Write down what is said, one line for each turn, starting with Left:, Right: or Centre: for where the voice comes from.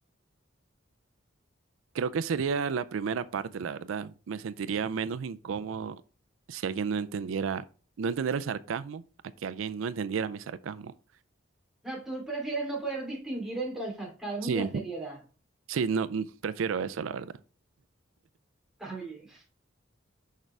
Right: Creo que sería la primera parte, la verdad. Me sentiría menos incómodo si alguien no entendiera, no entendiera el sarcasmo, a que alguien no entendiera mi sarcasmo.
Centre: O sea, tú prefieres no poder distinguir entre el sarcasmo
Right: Sí,
Centre: y la seriedad.
Right: Sí, no, mm, prefiero eso, la verdad.
Centre: Está bien.